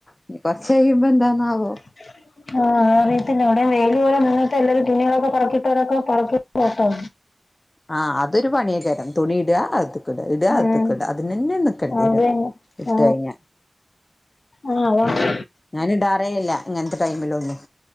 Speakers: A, on the left (about 35°); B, on the left (about 70°).
A: ഇനി കൊറച്ച കഴിയുമ്പോ എന്താന്നവോ
B: <unintelligible> ആ അറിയത്തില്ല അവിടെ വെയില് പോലെ നിന്നട്ട് എല്ലാവരും തുണികളൊക്കെ പറക്കിയിട്ടവരൊക്കെ പറക്കി വെക്കുന്നു.
A: ആ അതൊരു പണിയൊക്കരം തുണിയിട അതെ ടുക ഇടുക
B: ഉം
A: അകത്ത്ക്ട അതിനന്നെ നിക്കേണ്ടി
B: അതന്നെ
A: വരും
B: ആഹ്
A: ഇട്ട് കഴിഞ്ഞാൽ
B: ആഹ് അതാ
A: ഞാനിടാറെ ഇല്ല ഇങ്ങനത്തെ ടൈമിലോന്നും